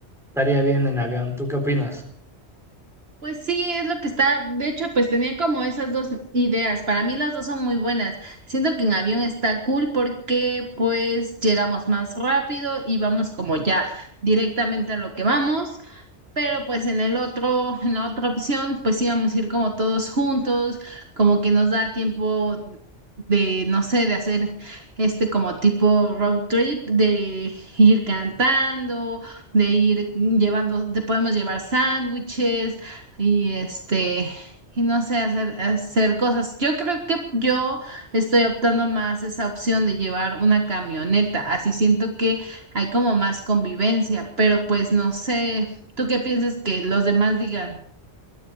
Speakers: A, in the centre; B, on the right (about 60°).
A: estaría bien en avión. ¿Tú qué opinas?
B: Pues sí, es lo que está. De hecho, pues tenía como esas dos ideas. Para mí las dos son muy buenas. Siento que en avión está cool porque pues llegamos más rápido y vamos como ya directamente a lo que vamos. Pero pues en el otro, en la otra opción, pues íbamos a ir como todos juntos, como que nos da tiempo de, no sé, de hacer este como tipo road trip, de ir cantando, de ir llevando, te podemos llevar sándwiches y este, y no sé, hacer, hacer cosas. Yo creo que yo estoy optando más esa opción de llevar una camioneta, así siento que hay como más convivencia, pero pues no sé. ¿Tú qué piensas que los demás digan?